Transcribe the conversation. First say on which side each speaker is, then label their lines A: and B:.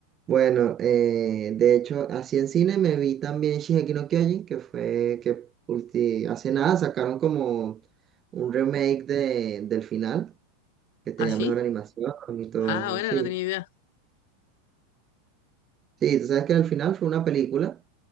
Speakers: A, on the right; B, on the left.
A: Bueno, eh, de hecho, así en cine me vi también Shingeki no Kyojin, que fue que ulti- hace nada sacaron como un remake de, del final, que tenía
B: ¿Ah, sí?
A: mejor animación y todo
B: Ah,
A: eso,
B: bueno,
A: sí.
B: no tenía idea.
A: Sí, tú sabes que el final fue una película.